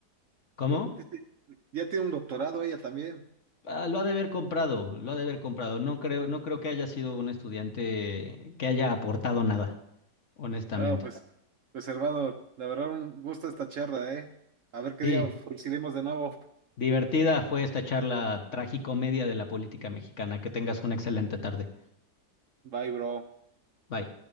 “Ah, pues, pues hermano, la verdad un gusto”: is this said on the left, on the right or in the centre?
Right